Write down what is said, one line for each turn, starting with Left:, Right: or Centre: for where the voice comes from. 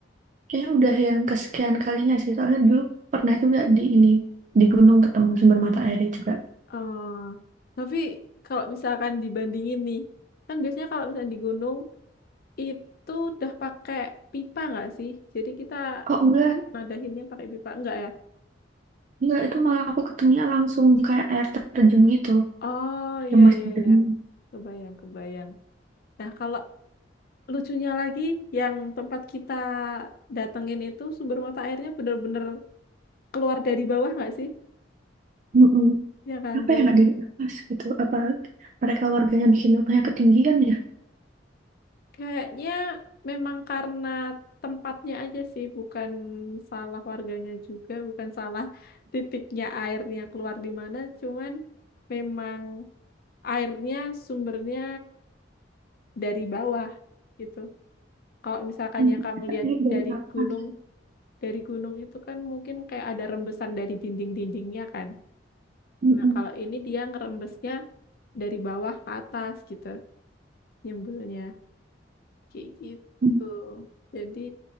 Right: Kayaknya udah yang kesekian kalinya sih. Soalnya dulu pernah juga di ini di gunung ketemu sumber mata airnya juga.
Left: Oh, tapi kalau misalkan dibandingin nih, kan biasanya kalau misalnya di gunung itu udah pakai pipa nggak sih? Jadi kita
Right: Oh enggak,
Left: nadahinnya pakai pipa nggak ya?
Right: enggak itu malah aku ketemunya langsung kayak air terjun gitu
Left: Oh iya
Right: yang masih
Left: iya
Right: jernih.
Left: iya, kebayang kebayang. Nah, kalau lucunya lagi yang tempat kita datengin itu sumber mata airnya bener-bener keluar dari bawah nggak sih?
Right: Mm-mm.
Left: Ya kan?
Right: Apa
Left: Dan
Right: ya nggak dari atas gitu? Apa mereka warganya bikin rumahnya ketinggian ya?
Left: kayaknya memang karena tempatnya aja sih, bukan salah warganya juga, bukan salah titiknya airnya keluar di mana, cuman memang airnya sumbernya dari bawah gitu. Kalau misalkan
Right: Hmm,
Left: yang kamu lihat
Right: Ini dari
Left: dari
Right: atas.
Left: gunung, dari gunung itu kan mungkin kayak ada rembesan dari dinding-dindingnya kan.
Right: Mm-mm.
Left: Nah, kalau ini dia ngerembesnya dari bawah ke atas gitu, nyembulnya Kayak gitu.
Right: Mm.
Left: Jadi